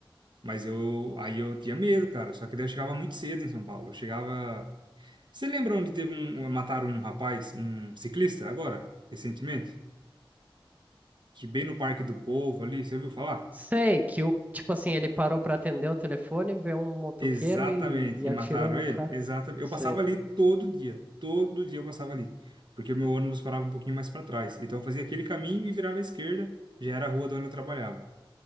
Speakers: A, on the right (about 55°); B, on the right (about 15°).
A: Mas eu, aí eu tinha medo, cara. Só que daí eu chegava muito cedo em São Paulo. Eu chegava. Você lembra onde teve um, um, mataram um rapaz, um ciclista, agora, recentemente? Que bem no Parque do Povo ali, você ouviu falar?
B: Sei que o, tipo assim, ele parou pra atender o telefone, vê um motoqueiro
A: Exatamente.
B: e, e
A: E
B: atirou
A: mataram
B: no
A: ele?
B: cara.
A: Exatamente. Eu
B: Sei.
A: passava ali todo dia. Todo dia eu passava ali. Porque o meu ônibus parava um pouquinho mais para trás. Então eu fazia aquele caminho e virava à esquerda. Já era a rua de onde eu trabalhava.